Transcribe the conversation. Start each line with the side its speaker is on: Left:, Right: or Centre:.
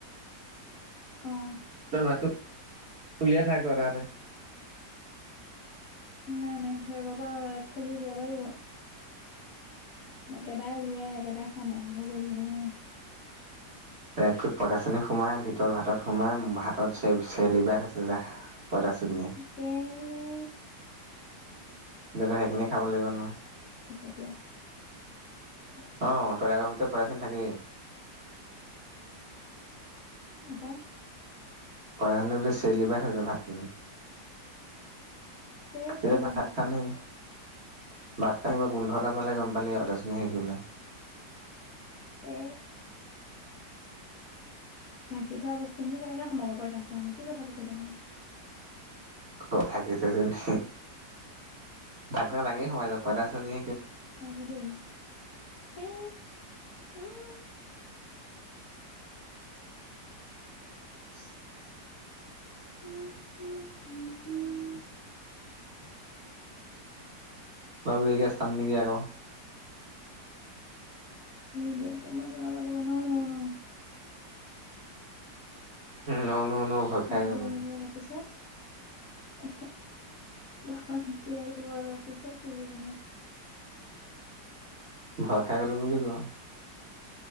Left: অঁ!
Right: তই ভাত উলিয়াই থাক আকৌ এ হতে
Left: নাই নাই সেই পৰা খুলি দিয়াব লাগিব কবাৰে উলিয়াই কবাৰে খাম শেষো কৰি থাকিবলৈ ন।
Right: এক পঁইতাচনী সোমাই ভিতৰত ভাতত সোমাই ভাতত চ চেলিবাই থ আছে যা পঁইতাসুনি
Left: তেনে
Right: দ সেইখিনি খাব লাগিব ন।
Left: ফকতীয়া ফালতু
Right: অঁ তই আক ভিতত থাকেই
Left: নাপাওঁ
Right: চুনী চেলিবাই থইছে ভাত খিনি
Left: এই
Right: তিয়া
Left: তেৰি
Right: ভাত খাও নি ভাত খিনি কিবা গোন্ধ এটা পালে গম পালি অঁ পঁইতাচুনী শিকলে
Left: এ। ঢাকি থোৱা বস্তু খিনি কেনেকে সোমাব পাৰি পঁইতাচুনী কি কথাবোৰ ক'লে জানো।
Right: ক ঢাকি থৈছ নি? ঢাকনা ক দাঙি সোমাই যাব। পঁইতাচুনী।
Left: সঁচাকে দেই সেই। উম। উম উম উম উম উ।
Right: বাৰ একয়া চাম নেকি আকৌ।
Left: ভিডিয় তই বনাব লাগিব নও ন ন
Right: ন ন ন ভয়
Left: ভন্টি
Right: খাই গ'লো মানে
Left: আহিব অলপ পিছত। এ ভণ্টি আহিব অলপ পিছত তিল বনাম।
Right: ভয় খাই গলো বুলি কওঁ।